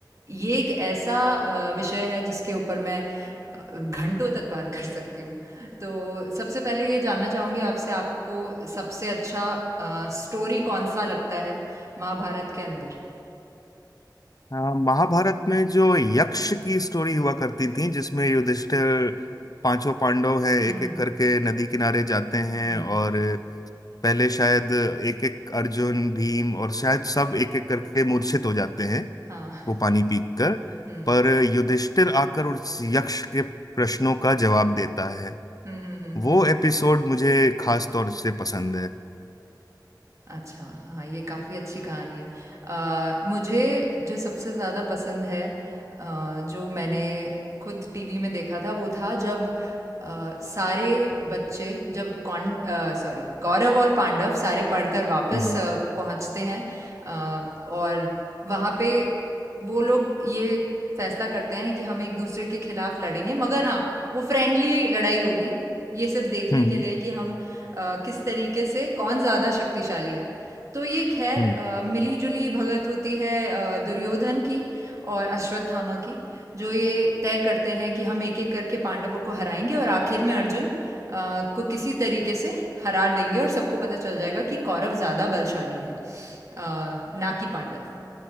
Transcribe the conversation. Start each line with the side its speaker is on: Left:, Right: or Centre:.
Right: ये एक ऐसा अ, विषय है जिसके ऊपर मैं अ, घंटों तक बात कर सकती हूँ तो सबसे पहले ये जानना चाहूँगी आपसे आपको सबसे अच्छा अ, स्टोरी कौन सा लगता है महाभारत के अंदर
Left: हाँ, महाभारत में जो यक्ष की स्टोरी हुआ करती थी जिसमें युधिष्ठिर पांचों पांडव हैं एक
Right: हम्म
Left: एक करके नदी किनारे जाते हैं
Right: हम्म
Left: और पहले शायद एक एक अर्जुन भीम और शायद सब एक एक करके मूर्छित हो जाते हैं
Right: हाँ
Left: वो पानी पीकर
Right: हम्म
Left: पर युधिष्ठिर आकर उस यक्ष के प्रश्नों का जवाब देता है
Right: हम्म हम्म हम्म
Left: वो
Right: हम्म,
Left: एपिसोड मुझे खास तौर से पसंद है
Right: अच्छा, हाँ, ये काफ़ी अच्छी कहानी है। अ, मुझे जो सबसे ज़्यादा पसंद है अ, जो मैंने खुद टीवी में देखा था वो था जब अ, सारे बच्चे जब कौन सॉरी कौरव और पांडव सारे पढ़कर वापस
Left: हम्म
Right: अ, पहुंचते हैं अ, और वहाँ पे वो लोग ये फैसला करते हैं कि हम एक दूसरे के खिलाफ लड़ेंगे मगर हाँ वो फ्रेंडली लड़ाई होगी ये सिर्फ देखने
Left: हम्म
Right: के लिए कि हम अ, किस तरीके से कौन ज़्यादा शक्तिशाली है तो ये खैर
Left: हम्म
Right: अ, मिलीजुली भगत होती है अ, दुर्योधन की और अश्वत्थामा की जो ये तय करते हैं कि हम एक एक करके पांडवों को हराएंगे और आखिर में अर्जुन अ, को किसी तरीके से हरा देंगे और सबको पता चल जाएगा कि कौरव ज़्यादा बलशाली हैं अ, ना कि पांडव